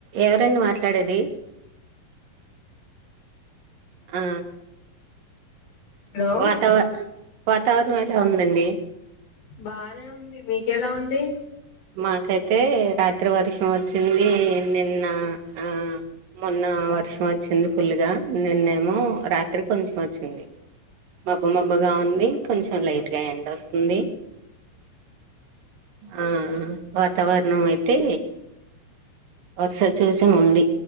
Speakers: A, on the right (about 75°); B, on the left (about 60°).
A: ఎవరండి మాట్లాడేది? ఆ
B: హలో
A: వాతావ వాతావరణ ఏ ట ఉందండి
B: బానే ఉంది. మీకెలా ఉంది?
A: మాకైతే రాత్రి వర్షం వచ్చింది. నిన్న ఆ మొన్న వర్షం వచ్చింది ఫుల్గా, నిన్నేమో రాత్రి కొంచెం వచ్చింది. మబ్బు మబ్బుగా ఉంది, కొంచం లైట్గా ఎండొస్ ఉంది ఆ ఆ వాతావరణం అయితే వర్స చూచన ఉంది.